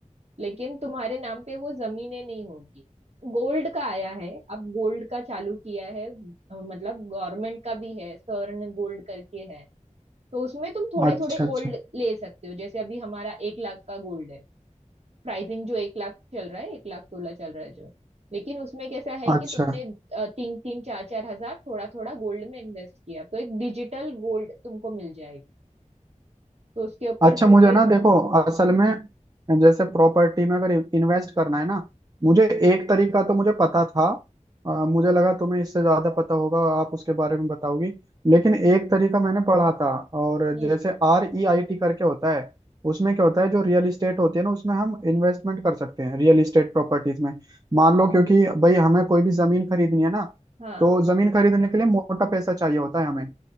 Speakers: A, on the right; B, on the right.
A: लेकिन तुम्हारे नाम पे वो जमीनें नहीं होगी गोल्ड का आया है अब गोल्ड का चालू किया है अ, मतलब गवर्नमेंट का भी है स्वर्ण गोल्ड करके है तो उसमें तुम थोड़े
B: <clears throat> अच्छा
A: थोड़े गोल्ड
B: अच्छा
A: ले सकते हो जैसे अभी हमारा एक लाख का गोल्ड है प्राइसिंग जो एक लाख चल रहा है एक लाख सोलह चल रहा है जो लेकिन उसमें कैसा है
B: अच्छा
A: कि तुमने अ, तीन तीन चार चार हजार थोड़ा थोड़ा गोल्ड में इन्वेस्ट किया तो एक डिजिटल गोल्ड तुमको मिल जाएगा तो उसके ऊपर
B: अच्छा
A: तुमको
B: मुझे
A: एक
B: ना देखो असल
A: हम्म
B: में जैसे प्रॉपर्टी में अगर इन्वेस्ट करना है ना मुझे एक तरीका तो मुझे पता था अ, मुझे लगा तुम्हें इससे ज्यादा पता होगा आप उसके बारे में बताओगी लेकिन एक तरीका मैंने पढ़ा था और
A: हम्म
B: जैसे आर ई आई टी करके होता है उसमें क्या होता है जो रियल इस्टेट होती है ना उसमें हम इन्वेस्टमेंट कर सकते हैं रियल इस्टेट प्रॉपर्टीज में मान लो
A: ओके
B: क्योंकि भाई हमें कोई भी जमीन खरीदनी है ना
A: हाँ
B: तो जमीन खरीदने के लिए मोटा पैसा चाहिए होता है हमें